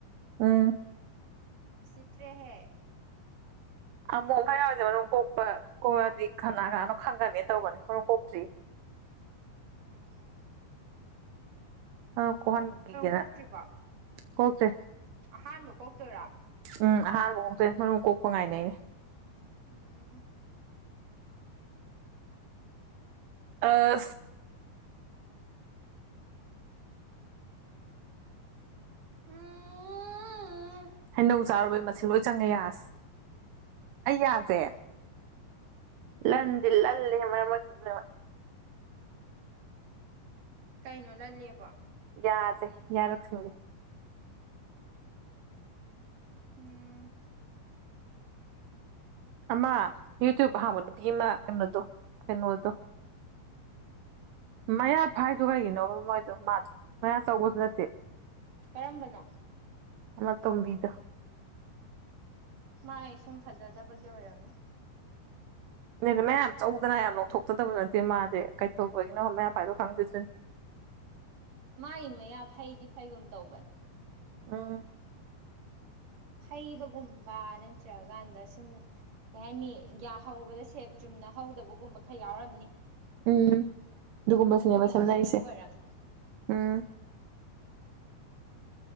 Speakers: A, on the right (about 85°); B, on the right (about 55°).
A: ꯎꯝ
B: ꯎꯁꯤꯠꯇ꯭ꯔꯦꯍꯦꯛ
A: ꯑꯃꯨꯛ ꯈ ꯌꯥꯎꯔꯁꯦ ꯃꯔꯨꯝ ꯀꯣꯛꯄ ꯀꯣꯛꯑꯗꯤ ꯀꯅꯥ ꯀꯅꯥꯅꯣ ꯈꯪꯒꯅꯤ ꯇꯧꯕꯅꯦ ꯃꯔꯨꯝ ꯀꯣꯛꯇ꯭ꯔꯤ
B: <unintelligible> ꯑꯝ
A: ꯑ ꯀꯍꯟꯒꯅ
B: ꯀꯣꯛꯇ꯭ꯔꯤꯕꯣ
A: ꯍꯈ꯭ꯔꯦ
B: ꯑꯍꯥꯟꯕ ꯀꯣꯛꯇꯣꯏꯔꯥ
A: ꯎꯝ ꯑꯍꯥꯟꯕꯃꯥꯎꯛꯇꯦ ꯃꯔꯨꯝ ꯀꯣꯛꯄ ꯉꯥꯏꯅꯩꯌꯦ
B: ꯑꯝ
A: ꯑ
B: ꯎꯝ
A: ꯍꯩꯅꯧ ꯆꯥꯨꯔꯕꯩ ꯃꯁꯤꯡ ꯂꯣꯏ ꯆꯪꯉꯦ ꯌꯥꯁ ꯑꯩ ꯌꯥꯁꯦ ꯂꯟꯗꯤ ꯂ ꯃꯁ ꯂꯩ
B: ꯀꯩꯅꯣ ꯂꯜꯂꯦꯕ
A: ꯌꯥꯁꯦ ꯌꯥꯔꯛꯁꯤ ꯃꯁꯦ
B: ꯎꯝ
A: ꯑꯃ ꯌꯨꯇꯨꯕ ꯍ ꯃ ꯅꯨꯄꯤꯃ ꯀꯩꯅꯣ ꯀꯩꯅꯣ ꯃꯌꯥ ꯐ ꯍꯥꯏꯥꯏ ꯇꯨ ꯑꯣꯏꯒꯅ ꯃꯣꯏꯗ ꯃꯥꯗ ꯃꯌꯥꯝ ꯆꯧꯕꯨ ꯅ
B: ꯀꯔꯝꯕꯅꯣ
A: ꯑꯃ ꯇꯨꯡꯕꯤꯗ
B: ꯃꯥꯥꯏ ꯁꯨꯝ ꯐꯖꯗꯕꯒꯤ ꯑꯣꯏꯔꯝꯅꯤ
A: ꯅꯗꯤ ꯃꯌꯥꯝ ꯆꯧꯗꯅ ꯌꯥꯝ ꯅꯣꯛꯊꯣꯛꯇꯗꯕ ꯅꯠꯇꯦ ꯃꯥꯗꯤꯦ ꯀꯩꯇꯧꯕꯒꯤꯅꯣ ꯃꯌꯥꯝ ꯄꯥꯏꯗꯣ ꯈꯪꯗꯦꯗꯅꯦ
B: ꯃꯥꯒꯤ ꯃꯌꯥ ꯐꯩꯗꯤ ꯐꯩꯒꯨꯝ ꯇꯧꯕꯅꯤ
A: ꯑꯥ
B: ꯐꯩꯕꯒꯨꯝꯕ ꯅꯠꯇ꯭ꯔꯀꯥꯟꯗ ꯁꯨꯝ ꯀꯩ ꯍꯥꯏꯅꯤ ꯒ꯭ꯌꯥ ꯍꯧꯕꯗ ꯁꯦꯞ ꯆꯨꯝꯅ ꯍꯧꯗꯕꯒꯨꯝꯕ ꯈꯔ ꯌꯥꯎꯔꯝꯅꯤ
A: ꯎꯝ ꯑꯗꯨꯒꯗꯨ ꯀꯨꯝꯕ
B: ꯑꯗꯨꯒꯤ
A: ꯁꯤꯅꯦꯕ ꯁꯦꯝꯅꯏꯁꯦ
B: ꯁꯦꯝꯕ ꯑꯣꯏꯔꯝꯅꯤ
A: ꯎꯝ